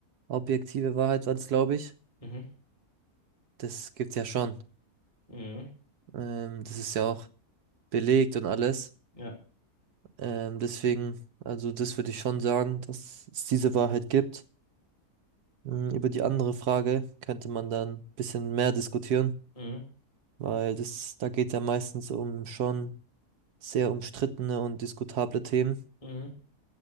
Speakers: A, on the right; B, on the left.
A: objektive Wahrheit war es, glaube ich.
B: Mhm.
A: Das gibt's ja schon.
B: Mhm.
A: Ähm, das ist ja auch belegt und alles.
B: Ja.
A: Ähm, deswegen, also das würde ich schon sagen, dass es diese Wahrheit gibt. Mm, Über die andere Frage könnte man dann ein bisschen mehr diskutieren,
B: Mhm.
A: weil das, da geht ja meistens um schon sehr umstrittene und diskutable Themen.
B: Mhm.